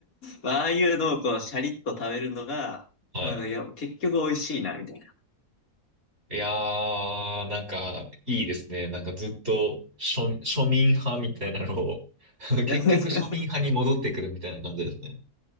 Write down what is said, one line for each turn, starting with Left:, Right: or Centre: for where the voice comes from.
Left: まあ、ああいうのをこう、シャリッと食べるのが、
Right: はい。
Left: まあ、いや結局美味しいな、みたいな。
Right: いやー、なんか、いいですね。なんかずっと庶、庶民派みたいなのを <laughs>
Left: <laughs>
Right: 結局庶民派に戻ってくるみたいな感じですね。